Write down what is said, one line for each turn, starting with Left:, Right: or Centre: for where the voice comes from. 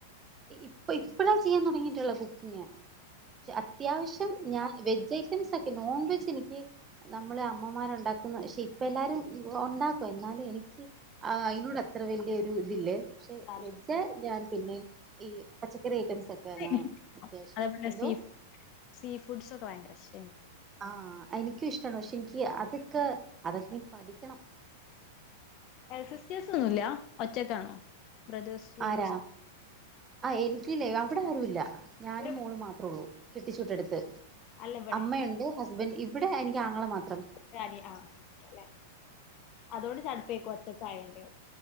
Right: ഇപ്പൊ, ഇപ്പഴാ ചെയ്യാൻ തുടങ്ങിട്ടുള്ളത്. <unintelligible> അത്യാവശ്യം ഞാൻ വെജ് ഐറ്റംസ് ഒക്കെ, നോൺ വെജ് എനിക്ക് നമ്മള് അമ്മമാരുണ്ടാക്കുന്ന പക്ഷെ ഇപ്പ എല്ലാരും ഉണ്ടാക്കും എന്നാലേ എനിക്ക് അയിനോട് അത്ര വലിയ ഇതില്ലേ പക്ഷെ
Left: താല്പര്യം
Right: വെജ്‌ ഞാൻ ഈ പച്ചക്കറി ഐറ്റംസ് ഒക്കെ ഞാൻ,
Left: എനിക്കിഷ്ടം.
Right: അത്യാവശ്യം
Left: അതേപോലെ
Right: എന്തോ
Left: സീ സീ ഫുഡ്സ് <unintelligible>
Right: ആ എനിക്കും ഇഷ്ടമാണ്, പക്ഷെ എനിക്ക് അതൊക്കെ, അതൊക്കെ പഠിക്കണം
Left: സിസ്റ്റേഴസ് ഒന്നും ഇല്ല ഒറ്റക്കാണോ? ബ്രദേഴ്സ്
Right: ആരാ,
Left: സിസ്
Right: ആ എനിക്കില്ലേ ഇവിടെ ആരുമില്ല ഞാനും
Left: ഒരു
Right: മോളും മാത്രോള്ളൂ കെട്ടിച്ചു കൊടുത്ത്
Left: അല്ല ഇവിടെ
Right: അമ്മയുണ്ട് ഹസ് ഹസ്ബൻ, ഇവിടെ എനിക്ക് ആങ്ങളെ മത്ര
Left: <unintelligible> അല്ലെ അതുകൊണ്ട് ചടുപ്പേക്കും <unintelligible> കായണ്ട്